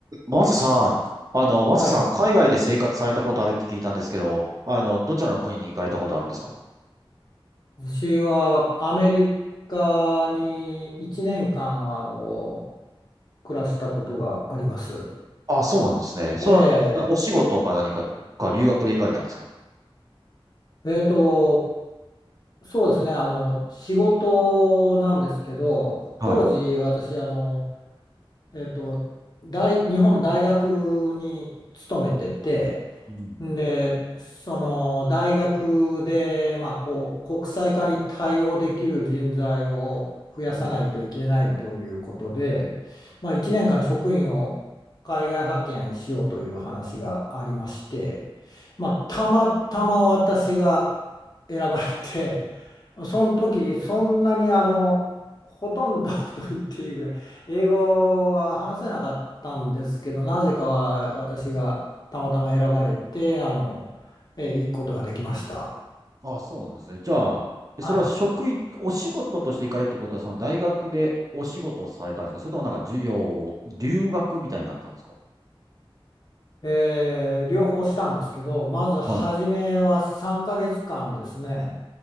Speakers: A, on the right; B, on the left.
A: マサさん、あの、マサさん、
B: はい。
A: 海外で生活されたことあるって聞いたんですけど、あの、どちらの国に行かれたことあるんですか
B: 私はアメリカに1年間、あの、暮らしたことがあります。
A: あ、そうなんですね。それは、
B: ええ、
A: なお仕事か何か、か留学で行かれたんですか
B: えーと、そうですね、あの、仕事なんですけど、
A: はい。
B: 当時私、あの、えーと、大、日本の大学に勤めてて、
A: うん。
B: で、その大学で、まあ、こう国際化に対応できる人材を増やさないといけないということで、
A: おー
B: まあ、1年間職員を海外派遣しようという話がありまして、まあ、たまたま私が選ばれて、その時そんなにあのほとんど <laughs> と言っていいぐらい英語は話せなかったんですけど、なぜかは私が。たまたま選ばれて、あの、えー行くことができました。
A: あ、そうなんですね。じゃあ、えそれは職員、
B: はい。
A: お仕事として行かれるってことは、その大学でお仕事をされたんですかそれともなんか授業、留学みたいになったんですか
B: えー両方したんですけど、まず初めは3ヶ月間ですね、
A: はい。